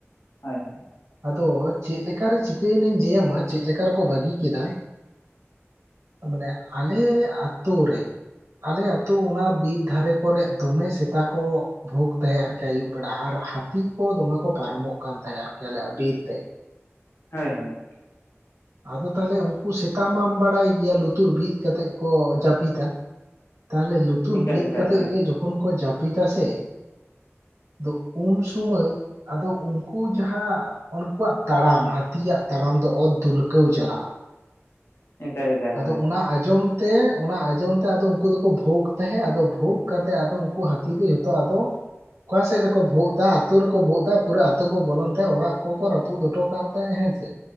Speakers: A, on the left; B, on the right.
A: ᱦᱳᱭ ᱦᱳᱭ᱾
B: ᱟᱫᱚ ᱪᱮᱫᱠᱟᱨᱮ ᱪᱤᱠᱟᱹᱭᱮᱱᱟᱧ ᱞᱟᱹᱭᱟ ᱪᱮᱫ ᱞᱮᱠᱟ ᱨᱮᱠᱚ ᱵᱟᱹᱜᱤ ᱠᱮᱫᱟ, ᱢᱟᱱᱮ ᱟᱞᱮ ᱟᱛᱳ ᱨᱮ ᱟᱞᱮ ᱟᱛᱳ ᱚᱱᱟ ᱵᱤᱨ ᱫᱷᱟᱨᱮ ᱠᱚᱨᱮᱫ ᱫᱚᱢᱮ ᱥᱮᱛᱟ ᱠᱚ ᱵᱷᱳᱜᱽ ᱛᱟᱦᱮᱸᱫ ᱟᱨᱠᱤ ᱟᱹᱭᱩᱵ ᱵᱮᱲᱟ ᱟᱨ ᱦᱟᱹᱛᱤ ᱠᱚ ᱫᱚᱢᱮ ᱠᱚ ᱯᱟᱨᱚᱢᱚᱜ ᱠᱟᱱ ᱛᱟᱦᱮᱸᱫ ᱟᱨᱠᱤ ᱟᱞᱮᱭᱟᱜ ᱵᱤᱨᱛᱮ,
A: ᱦᱳᱭ ᱦᱳᱭ᱾
B: ᱟᱫᱚ ᱛᱟᱦᱚᱞᱮ ᱩᱱᱠᱩ ᱥᱮᱛᱟ ᱢᱟᱢ ᱵᱟᱲᱟᱭ ᱜᱮᱭᱟ ᱞᱩᱛᱩᱨ ᱵᱤᱫ ᱠᱟᱛᱮᱜ ᱠᱚ ᱡᱟᱹᱯᱤᱫᱟ, ᱛᱟᱦᱞᱮ ᱞᱩᱛᱩᱨ
A: ᱮᱠᱟᱞ
B: ᱵᱤᱫ
A: ᱮᱠᱟᱞ
B: ᱠᱟᱛᱮᱜ
A: ᱦᱳᱭ
B: ᱜᱮ ᱡᱚᱠᱷᱚᱱ ᱠᱚ ᱡᱟᱹᱯᱤᱫ ᱥᱮ ᱫᱚ ᱩᱱ ᱥᱩᱢᱟᱹᱭ ᱟᱫᱚ ᱩᱱᱠᱩ ᱡᱟᱦᱟᱸ ᱩᱱᱠᱩᱣᱟᱜ ᱛᱟᱲᱟᱢ ᱦᱟᱹᱛᱤᱭᱟᱜ ᱛᱟᱲᱟᱢ ᱚᱛ ᱛᱩᱞᱠᱟᱹᱣ ᱪᱟᱞᱟᱜᱼᱟ
A: ᱮᱠᱟᱞ ᱮᱠᱟᱞ
B: ᱟᱫᱚ
A: ᱦᱳᱭ
B: ᱚᱱᱟ ᱟᱸᱡᱚᱢ ᱛᱮ ᱚᱱᱟ ᱟᱸᱡᱚᱢ ᱛᱮ ᱩᱱᱠᱩ ᱫᱚᱠᱚ ᱵᱷᱳᱩᱜᱽ ᱛᱟᱦᱮᱸᱫ ᱟᱫᱚ ᱵᱷᱳᱜ ᱠᱟᱛᱮᱜ ᱩᱱ ᱦᱟᱹᱛᱤ ᱫᱚ ᱡᱚᱛᱚ ᱟᱫᱚ ᱚᱠᱟᱥᱮᱫ ᱨᱮᱠᱚ ᱵᱷᱩᱜᱚᱜ ᱮᱫᱟ ᱟᱛᱳ ᱨᱮᱠᱚ ᱵᱷᱩᱜᱚᱜ ᱮᱫᱟ ᱯᱩᱨᱟᱹ ᱟᱛᱳ ᱠᱚ ᱵᱚᱞᱚᱱ ᱛᱟᱦᱮᱸᱜ ᱚᱲᱟᱜ ᱠᱚᱠᱚ ᱨᱟᱹᱯᱩᱫ ᱚᱴᱚ ᱠᱟᱫ ᱛᱟᱦᱮᱸᱜ ᱦᱮᱸᱥᱮ